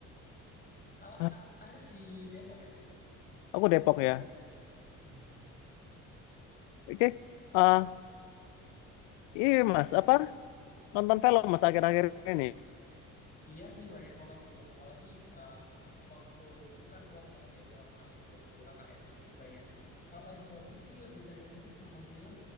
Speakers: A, on the left (about 25°); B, on the left (about 80°).
A: Kalau
B: Hah,
A: Kak Arif di Depok ya?
B: Aku Depok ya.
A: Iya, iya.
B: Oke. Ah, iya Mas, apa? Nonton film Mas akhir-akhir ini.
A: Iya sih banyak nonton film, apalagi eh, waktuku kan luang banget ya selama libur nunggu KKN. Jadi banyak. Kalau lagi gabut sih lebih sering itu nonton film,